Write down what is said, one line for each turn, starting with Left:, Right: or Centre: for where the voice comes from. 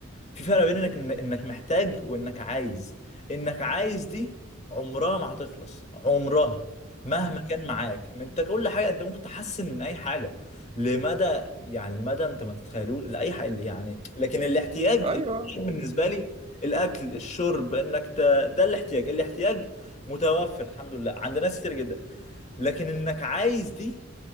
Left: في فرق بين انك انك محتاج وانك عايز انك عايز دي عمرها ما هتخلص عمرها مهما
Right: اه
Left: كان معاك ما انت كل حاجه انت ممكن تحسن من اي حاجه لمدى يعني لمدى انت ما تتخيلوش لاي حاجه اللي يعني لكن الاحتياج
Right: ايوه
Left: الاحتياج بالنسبه لي
Right: آه.
Left: الاكل الشرب انك ت... ده الاحتياج الاحتياج متوفر الحمد لله عند ناس كتير جدا لكن انك عايز دي